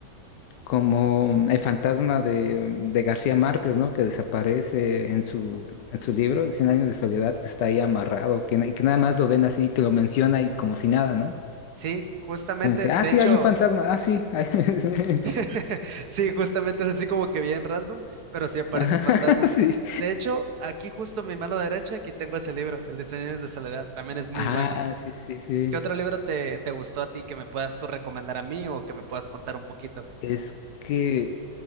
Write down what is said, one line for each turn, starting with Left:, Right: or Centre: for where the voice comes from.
Left: como el fantasma de, de García Márquez, ¿no? Que desaparece en su, en su libro, Cien años de soledad, que está ahí amarrado, que, na- y que nada más lo ven así, que lo menciona y como si nada, ¿no?
Right: Sí, justamente,
Left: Como que,
Right: de
Left: ah, sí,
Right: hecho,
Left: hay un fantasma, ah, sí, hay- <laughs>
Right: <laughs> sí, justamente es así como que bien random, pero sí aparece
Left: Ajá,
Right: un fantasma.
Left: <laughs> sí.
Right: De hecho, aquí justo en mi mano derecha, aquí tengo ese libro, El diseño de soledad, también es muy
Left: Ah,
Right: bueno.
Left: sí, sí, sí.
Right: ¿Qué otro libro te, te gustó a ti que me puedas tú recomendar a mí o que me puedas contar un poquito?
Left: Es que,